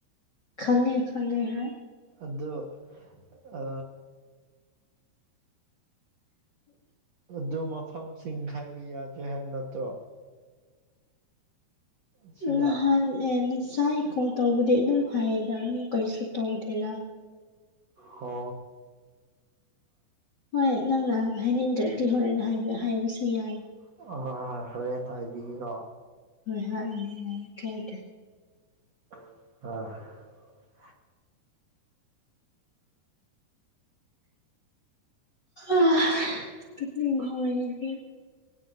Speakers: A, on the left (about 35°); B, on the right (about 65°).
A: ꯈꯪꯉꯦ ꯈꯪꯉꯦ ꯍꯥꯏ
B: ꯑꯗꯣ ꯑ ꯑꯗꯨ ꯃꯐꯝꯁꯤꯡ ꯍꯥꯏꯕ ꯌꯥꯗꯦ ꯍꯥꯏꯕ ꯅꯠꯇ꯭ꯔꯣ ꯁꯤꯗ
A: ꯅꯍꯥꯟ ꯑꯦꯅꯤ ꯁꯥꯏ ꯀꯣꯜ ꯇꯧꯕꯗꯤ ꯑꯗꯨꯝ ꯍꯥꯏꯌꯦꯗ ꯑꯃꯨꯛ ꯀꯩꯁꯨ ꯇꯧꯗꯦꯗ
B: ꯍꯣ
A: ꯍꯣꯏ ꯅꯪꯔ ꯍꯥꯏꯅꯤꯡꯗ꯭ꯔꯗꯤ ꯍꯣꯔꯦꯟ ꯍꯥꯏꯒꯦ ꯍꯥꯏꯕꯁꯨ ꯌꯥꯏ
B: <unintelligible> ꯍꯣꯏ ꯍꯣꯍꯣ ꯍꯣꯔꯦꯟ ꯍꯥꯏꯕꯤꯒꯦꯀꯣ
A: ꯍꯣꯏ ꯍꯥꯏ ꯏ ꯀꯥꯏꯗꯦ
B: ꯑ
A: ꯑ ꯍ <unintelligible>